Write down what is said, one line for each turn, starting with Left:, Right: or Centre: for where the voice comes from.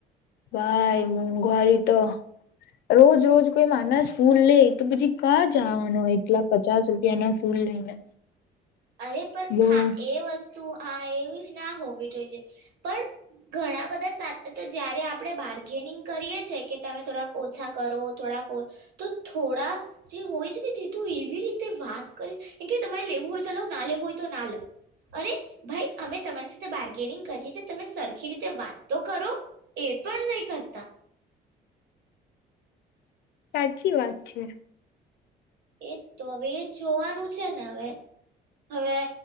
Left: ભાઈ, મોંઘવારી તો રોજ રોજ કોઈ માનસ ફૂલ લે તો પછી કા જવાનો હોય એટલા પચાસ રૂપિયા ના ફૂલ લઈને
Right: અરે પણ,
Left: બો
Right: હા એ વસ્ તુ આ એવી ના હોવી જોઈએ પણ ઘણા બધા સાથે તો જયારે આપણે બાર્ગેનિંગ કરીએ છે, કે તમે થોડાક ઓછા કરો, થોડાક તો થોડા જે હોય છે ને તે તું એવી રીતે વાત કરે કે તમારે લેવું હોય તો લો ના લેવી હોય તો ના લો અરે, ભાઈ અમે તમારી સાથે બાર કેરિંગ કરીયે છે, તમે સરખી રીતે વાત તો કરો, એ પણ નહી કરતા
Left: સાચી વાત છે
Right: એ તો હવે એ જોવાનું છે, ને હવે હવે